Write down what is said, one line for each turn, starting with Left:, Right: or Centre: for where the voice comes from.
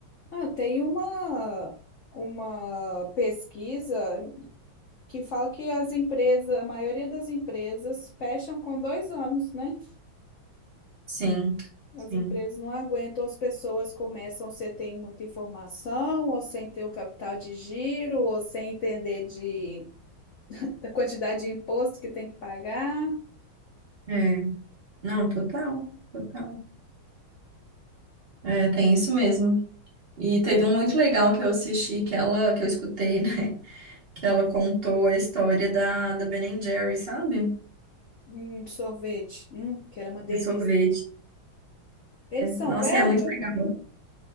Left: Ah, tem uma, uma pesquisa que fala que as empresas, a maioria das empresas fecham com dois anos, né?
Right: Sim, sim.
Left: As empresas não aguentam, as pessoas começam sem ter muita informação, ou sem ter o capital de giro, ou sem entender de, da quantidade de imposto que tem que pagar.
Right: É. Não, total, total. É, tem isso mesmo. E teve um muito legal que eu assisti, que ela, que eu escutei, né, <laughs> que ela contou a história da, da Ben and Jerry, sabe?
Left: Hum, sorvete, hum, que era uma delícia.
Right: De sorvete.
Left: Eles são
Right: Nossa,
Left: belga?
Right: e é muito legal.